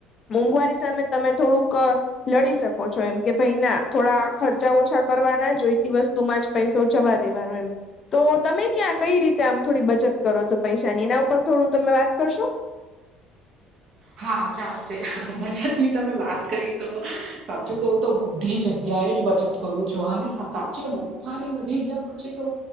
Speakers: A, on the left; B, on the right.
A: મોંઘવારી સામે તમે થોડુંક લડી શકો છો એમ કે ભાઈ ના થોડા ખર્ચા ઓછા કરવાના જોઈતી વસ્તુમાં જ પૈસો જવા દેવાનો એમ, તો તમે ક્યાં કઈ રીતે આમ થોડી બચત કરો છો પૈસાની ને પણ થોડું તમે વાત કરશો?
B: હા ચાલશે હા બચત ની તમે વાત કરી તો સાચું કહો તો, બધી જગ્યાએ જ બચત કરું છો અને સાચે મોંખવારી વધી ગયા પછી તો,